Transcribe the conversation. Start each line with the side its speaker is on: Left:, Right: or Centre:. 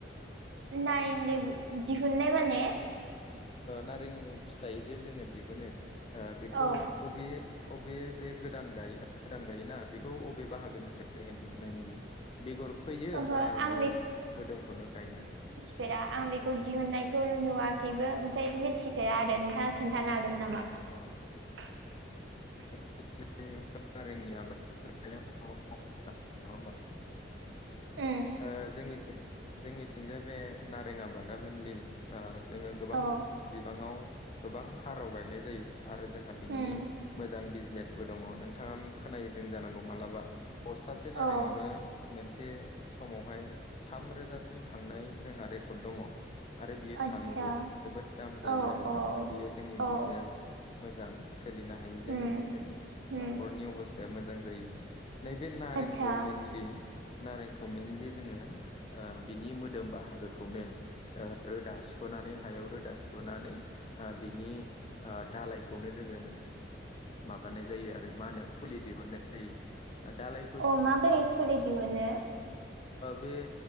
Right: नारें लेबु दिहुननाय माने
Left: नारें फिथाइ जे जोङो दिहुनो ओ बेखौ
Right: औ
Left: बबे अबे जे गोदान गायो गोदान गायोना बेखौ अबे बाहागोनिफ्राय जोङो दिहुननाय नुयो बेगर फैयो
Right: ओहो
Left: ना ओरैनो
Right: आं
Left: मोदोमखौनो गायनानै
Right: फोरा आं बेखौ दिहुननायखौ नुवाखैबो ओमफ्राय मिथिफेरा आरो नोंथाङा खोन्थानो हागोन नामा <inaudible>
Left: अ <unintelligible>
Right: उम
Left: ओ जोंनिथिं जोंनिथिंजाय बे नारें आबादा मइेनलि ओ जोङो गोबां
Right: औ
Left: बिबाङाव गोबां हाराव गायनाय जायो आरो जोंहा बिनि
Right: उम
Left: मोजां बिजनेसबो दङ नोंथाङा खोनदों जानांगौ मालाबा बस्थासे नारेंआवनो
Right: औ
Left: मोनसे समावहाय थामरोजासिम थांनाय जोंहा रेकर्ड दङ आरो बियो
Right: आतसा
Left: थाङोबो जोबोद दाम जायो
Right: औ
Left: आरो
Right: औ
Left: बियो जोंनि
Right: औ
Left: बिजनेस मोजां सोलिनो हायो जोङो
Right: उम
Left: बेजों
Right: उम
Left: न'खरनि अबस्थाया मोजां जायो। नैबे नारेंखौ
Right: आतसा
Left: मेनलि नारेंखौ मेनलि जोङो ओ बिनि मोदोम बाहागोखौनो ओ रोदा सुनानै हायाव रोदा सुनानै बिनि ओ दालायखौनो जोङो माबानाय जायो आरो मा होनो फुलि दिहुननाय जायो। दालाय
Right: अ माबोरै फुलि दिहुनो?
Left: बे